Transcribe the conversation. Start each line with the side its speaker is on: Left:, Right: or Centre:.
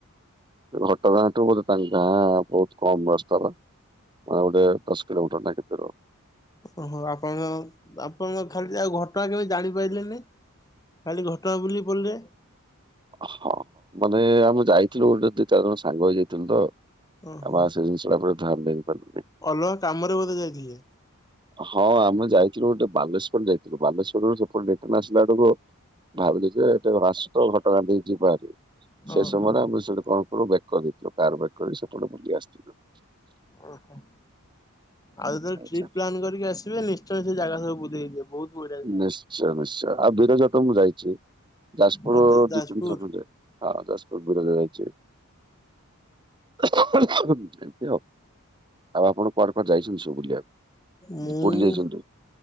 Right: ସେ ଘଟଗାଁ ଠୁ ବୋଧେ ତାଙ୍କ ଗାଁ ବହୁତ କମ୍ ରାସ୍ତାର। ଆଉ ଗୋଟେ ଦଶ କିଲୋମିଟର ନା କେତେ ର।
Left: ଓହୋ ଆପଣ ଜାଣୁ ଆପଣ ଖାଲି ଆଉ ଘଟଗାଁ କେମତି ଜାଣିପାଇଲେନି। ଖାଲି ଘଟଗାଁ ବୁଲିକି ପଳେଇଲେ।
Right: ହଁ ମାନେ ଆମେ ଯାଇଥିଲୁ ଗୋଟେ ଦି ଚାରି ଜଣ ସାଙ୍ଗ ହେଇଯାଇଥିଲୁ ତ
Left: ଓହୋ
Right: ଆମ ସେ ତା ଉପରେ ଧାନ ଦେଇ ପାରଲିନି।
Left: ଅଲଗା କାମରେ ବୋଧେ ଯାଇଥିଲେ।
Right: ହଁ ଆମେ ଯାଇଥିଲୁ ଗୋଟେ ବାଲେଶ୍ୱର ଯାଇଥିଲୁ ବାଲେଶ୍ଵରରୁ ସେପଟେ ରିଟର୍ଣ୍ଣ ଆସିଲା ଆଡକୁ। ଭାବିଲି ଯେ ଏତେ ଜଣ ଆସିଚୁ ତ ଘଟଗାଁ ଦେଇକ ଯିବାହାରି।
Left: ଓହୋ
Right: ସେ ସମୟରେ ଆମେ ସେଠୁ କଣ କଲୁ ବ୍ୟାକ କରି ଦେଇଥିଲୁ କାର ବ୍ୟାକ କରି ସେପଟେ ବୁଲି ଆସିିଥୀଲୁ।
Left: ଓ ହ। ଆଉ ଯେତେବେଳେ
Right: ଆଚ୍ଛା
Left: ଟ୍ରିପ ପ୍ଲାନ କରିକି ଆସିବେ ନିଶ୍ଚୟ ସେ ଜାଗା ସବୁ ବୁଲିକି ଯିବେ ବହୁତ। ବଢିଆ ଜାଗା।
Right: ନିଶ୍ଚୟ ନିଶ୍ଚୟ ଆଉ ବିରଜାତ ମୁଁ ଯାଇଚି। ଯାଜପୁର
Left: ଆଉ ଯ ଯାଜପୁର
Right: ଦି ତିନି ଥର ଖଣ୍ଡେ ହଁ ଯାଜପୁର ବିରଯା ଯାଇଚି। ଏମିତି ଆଉ ଆଉ ଆପଣ। କୁଆଡେ କୁଆଡେ ଯାଇଛନ୍ତି ସବୁ ବୁଲିଆକୁ
Left: ମୁଁ
Right: ପୁରୀ ଯାଇଛନ୍ତି